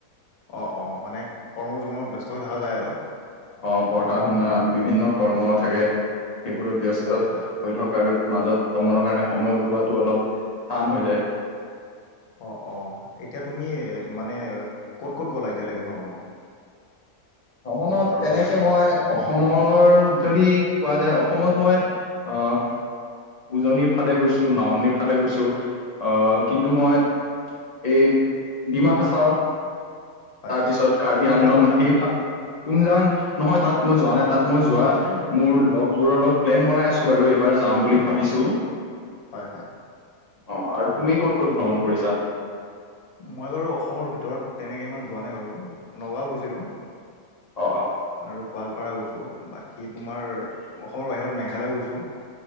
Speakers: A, on the left; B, on the left.
A: অ অ মানে কৰ্ম জীৱনত ব্যস্ত হৈ থকা যায় আৰু
B: অ পঢ়া শুনা বিভিন্ন কৰ্ম থাকে সেইবোৰত ব্যস্ত
A: হয় হয়
B: হৈ থকাৰ মাজত ভ্ৰমণৰ কাৰণে সময় ওলোৱাটো অলপ টান হৈ যায়
A: অ অ এতিয়া তুমি মানে ক'ত ক'ত গ'লা এতিয়ালেকে ভ্ৰমণত
B: ভ্ৰমনত
A: অসমৰ ভিতৰত
B: তেনেকে
A: বা বাহিৰত
B: মই অসমৰ যদি কোৱা যায় অসমত মই আহ উজনিৰ ফালে গৈছো নামনিৰ ফালে গৈছো আহ কিন্তু মই
A: হয়
B: এই ডিমা হাচাও
A: হয়
B: তাৰ পিছত কাৰ্বি
A: তুমজাং
B: আংলং
A: গৈছা
B: সেইফা
A: নেকি
B: তুমযাং নহয় তাত মই যোৱা নাই তাত মই যোৱা মোৰ লগৰবোৰৰ লগত প্লেন বনাই আছোঁ বাৰু। এইবাৰ যাম বুলি ভাবিছোঁ।
A: হয় হয়
B: অ আৰু তুমি ক'ত ক'ত ভ্ৰমণ কৰিছা।
A: মই বাৰু অসমৰ ভিতৰত তেনেকে ইমান যোৱা নাই বাৰু নগাঁও গৈছিলোঁ।
B: অ অ
A: আৰু গোৱাল। পাৰা গৈছোঁ বাকী তোমাৰ অসমৰ বাহিৰত মেঘালয় গৈছোঁ।